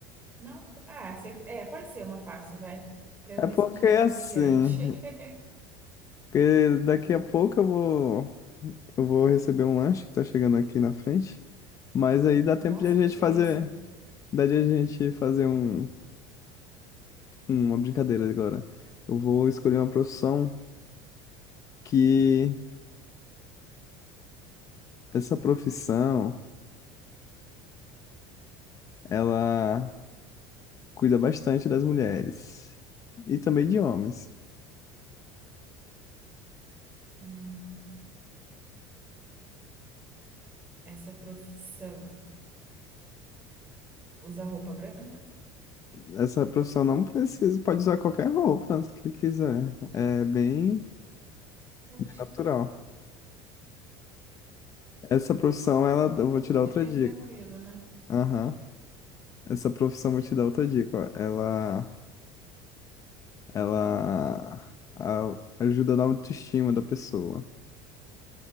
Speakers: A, on the right; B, on the left.
A: Não, ah, você- é, pode ser uma fácil, vai. Para eu
B: É
A: me
B: porque
A: sentir mais
B: assim,
A: confiante. <laughs>
B: porque daqui a pouco eu vou. Eu vou receber um lanche que tá chegando aqui na frente. Mas aí dá tempo
A: Nossa,
B: de a gente
A: que delícia.
B: fazer. Dá de a gente fazer um, uma brincadeira agora. Eu vou escolher uma profissão que essa profissão ela cuida bastante das mulheres e também de homens.
A: Hum, essa profissão. Usa roupa branca?
B: Essa profissão não precisa, pode usar qualquer roupa <laughs> que quiser. É bem,
A: Oxi,
B: bem natural. Essa profissão, ela, eu vou te dar
A: é
B: outra
A: bem
B: dica.
A: tranquilo, né?
B: Aham. Essa profissão, vou te dar outra dica. ó. Ela ela a- ajuda na autoestima da pessoa.